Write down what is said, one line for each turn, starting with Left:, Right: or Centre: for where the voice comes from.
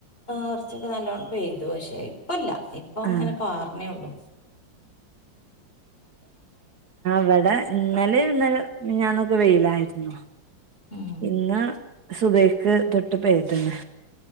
Left: കുറച്ചൊക്കെ നല്ലോണ്ണം പെയ്തു പക്ഷേ ഇപ്പല്ലാ ഇപ്പൊ ഇങ്ങനെ
Right: ആഹ്
Left: പാർണേള്ളു
Right: വ്ടെ ഇന്നലെ ഇന്നലെ മിഞ്ഞാനൊക്കെ വെയിലായിരുന്നു
Left: ഉം
Right: ഇന്ന് സുബൈക്ക് തൊട്ടു പെയ്ത്ണ്